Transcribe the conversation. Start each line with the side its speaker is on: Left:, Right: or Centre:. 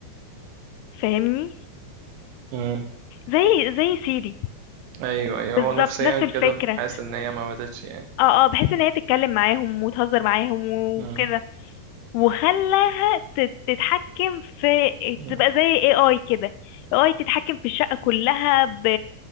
Left: فاهمني
Right: مم.
Left: زي زي سيري
Right: ايوه ايوه
Left: بالظبط
Right: هو نفسيا
Left: نفس الفكرة
Right: كده حاسس ان هي ما ماتتش يعني
Left: اه اه بحيث ان هي تتكلم معاهم وتهزر معاهم وكده
Right: مم.
Left: وخلاها تت- تتحكم في
Right: مم.
Left: تبقى زي اي اي كده اي تتحكم في الشقة كلها ب...